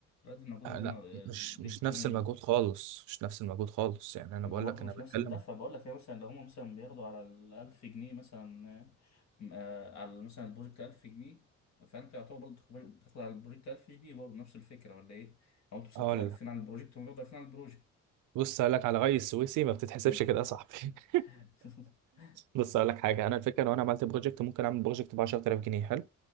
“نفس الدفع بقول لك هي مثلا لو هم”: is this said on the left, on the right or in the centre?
Left